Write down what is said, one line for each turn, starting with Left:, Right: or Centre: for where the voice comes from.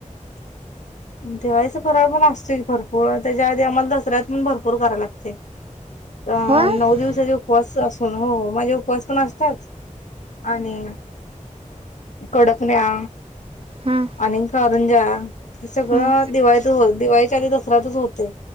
Left: दिवाळीचा फराळ पण असतोय की भरपूर त्याच्या आधी आम्हाला दसऱ्यात पण भरपूर करायला लागतंय. अ
Right: हां
Left: नऊ दिवसाचे उपवास आसून हो माझे उपवास पण असतात आणि कडकण्या
Right: हां
Left: आणि कारंजा हे सगळं
Right: हां
Left: दिवाळीत दिवाळीच्या आधी दसऱ्यातच होतंय